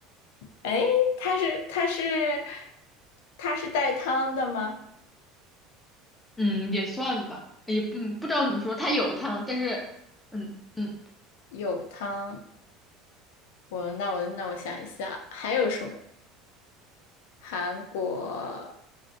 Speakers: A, on the left; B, in the centre.
A: 哎，它是它是它是带汤的吗？
B: 嗯，也算吧，也不、嗯、不知道怎么说，它有汤，但是，嗯嗯，
A: 有汤，我那我那我想一下，还有什么？韩国，